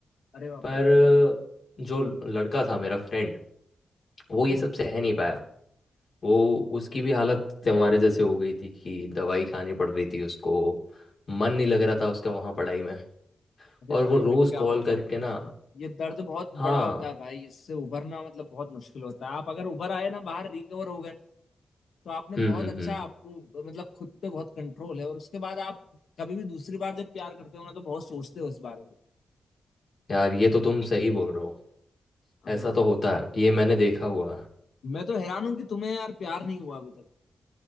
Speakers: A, on the left (about 70°); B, on the left (about 50°).
A: अरे बाप
B: पर
A: रे
B: अ, जो लड़का था मेरा फ्रेंड वो ये
A: हम्म
B: सब
A: हम्म।
B: सह नहीं पाया वो उसकी भी हालत हमारे जैसे हो गई थी कि दवाई खानी पड़ रही थी उसको मन नहीं लग रहा था उसका वहाँ पढ़ाई में
A: अरे
B: और
A: भाई
B: वो रोज
A: मैं क्या
B: कॉल
A: बताऊं
B: करके ना
A: ये दर्द बहुत
B: हाँ
A: बड़ा होता है भाई इससे उभरना मतलब बहुत मुश्किल होता है आप अगर उभर आए ना बाहर रिकवर हो गए तो आपने
B: हम्म
A: बहुत
B: हम्म
A: अच्छा
B: हम्म
A: आपको मतलब खुद पे बहुत कंट्रोल है और उसके बाद आप कभी भी दूसरी बार जब प्यार करते हो ना तो बहुत सोचते हो इस बारे में
B: यार ये तो तुम सही बोल रहे हो
A: हाँ
B: ऐसा तो
A: भाई
B: होता है ये मैंने देखा हुआ है
A: मैं तो हैरान हूँ कि तुम्हें यार प्यार नहीं हुआ अभी तक